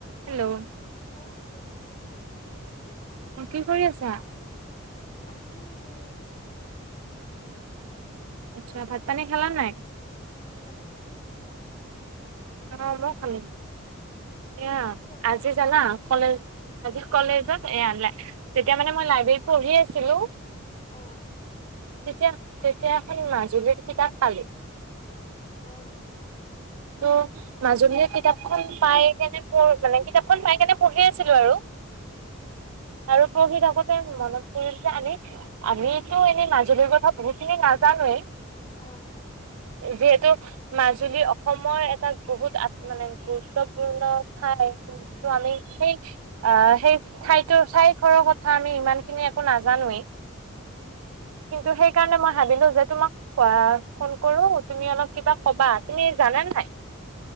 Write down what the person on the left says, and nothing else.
অ কোৱা।
আছোঁ এনে।
উম খালোঁ তুমি?
উম
কোৱা
অ
অঁ।
উম।
অঁ।
উম।